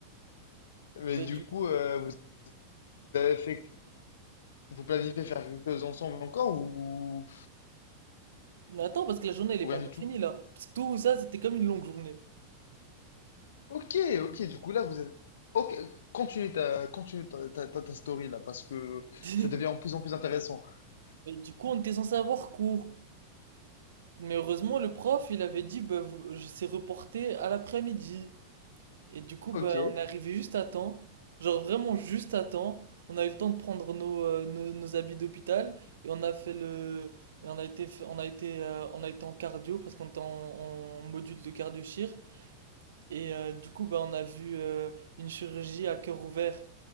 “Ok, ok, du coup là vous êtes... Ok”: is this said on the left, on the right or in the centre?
Left